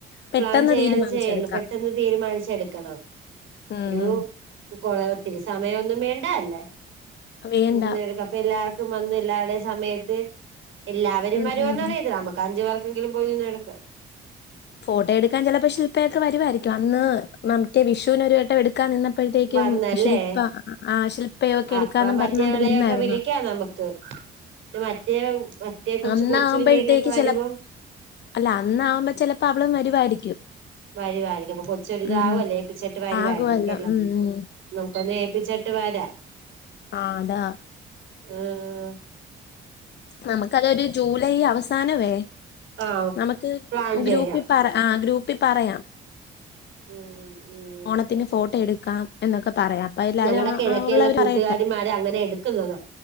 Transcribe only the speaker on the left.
പെട്ടെന്ന്
തീരുമാനിച്ചെടുക്കാം
ഉം
വേണ്ട
ഉം
ഫോട്ടോ എടുക്കാൻ ചെലപ്പോ ശില്പയൊക്കെ വരുവായിരികു അന്ന് മ്മമംറ്റേ വിഷൂന് ഒരു വട്ടെ എടുക്കാ നിന്ന. അപ്പോഴത്തേക്കും
ശില്പ ആഹ് ശില്പയ ഒക്കെ
എടുക്കാന്ന്
പറഞ്ഞോണ്ട് നിന്നായിര്ന്ന്.
അന്നാവുമ്പോഴത്തേക്ക്
ചിലപ്പോ അല്ല അന്നാവുമ്പോ ചെലപ്പോ അവളും വരുവായിരിക്കും.
ഉം
ആകുവല്ലോ
ഉം ഉം
ആഹ് അതാ.
നമുക്കതൊരു ജൂലൈ അവസാനവേ
നമക്ക്
ഗ്രൂപ്പ്‌. പറ ആഹ് ഗ്രൂപ്പി പറയാം.
ഓണത്തിന് ഫോട്ടോ എടുക്കാം എന്നൊക്കെ പറയാം. അപ്പൊ എല്ലാരും
ആ
ആ ഉള്ളവര്
പറയട്ടെ